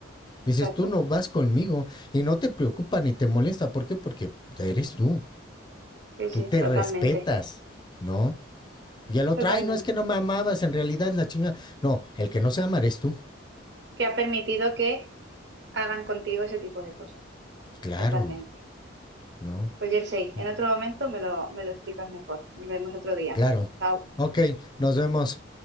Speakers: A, on the left; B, on the right.
A: Dices,
B: Exacto.
A: tú no vas conmigo y no te preocupa ni te molesta. ¿Por qué? Porque eres tú,
B: Sí, sí,
A: tú te
B: totalmente.
A: respetas, ¿no? Y el otro,
B: Totalmente.
A: ay, no es que no me amabas, en realidad la chinga. No, el que no se ama eres tú.
B: Que ha permitido que hagan contigo ese tipo de cosas.
A: Claro,
B: Totalmente.
A: ¿no?
B: Pues Jersey,
A: Y,
B: en otro momento me lo, me lo explicas mejor. Nos vemos otro día.
A: Claro.
B: Chao.
A: Ok, nos vemos.